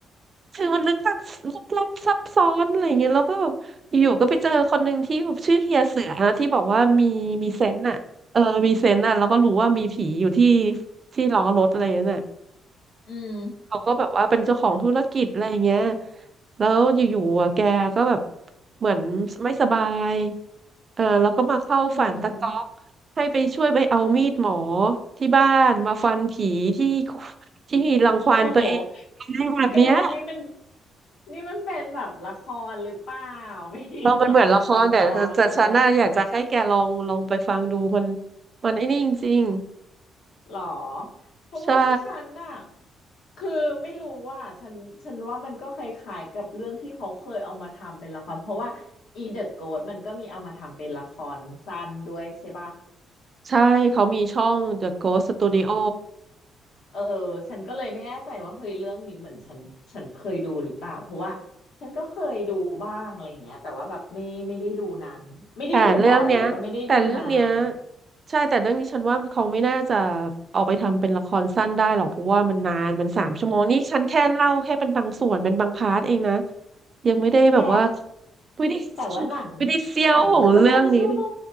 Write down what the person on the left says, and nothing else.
อืม
อืม
<laughs> โอ้โหแกนี่มันนี่มันเป็นแบบละครหรือเปล่า <laughs> ไม่ได้แบบเป็นตอ
นๆอย่างนี้เลย
หรอเพราะว่าฉันน่ะ
คือไม่รู้ว่าฉันฉันว่ามันก็คล้ายๆกับเรื่องที่เขาเคยเอามาทำเป็นละครเพราะว่าอีเดอะโกสมันก็มีเอามาทำเป็นละครสั้นด้วยใช่ป่ะ
เออฉันก็เลยไม่แน่ใจว่าเฮ้ยเรื่องนี้เหมือนฉันฉันเคยดูหรือเปล่าเพราะว่าฉันก็เคยดูบ้างอะไรอย่างเงี้ยแต่ว่าแบบไม่ไม่ได้ดูนานไม่ได้ดูบ่อยแล้วก็ไม่ได้ดูนาน
แก
แต่ว่าหนัง
หนังมันก็เป็นชั่วโม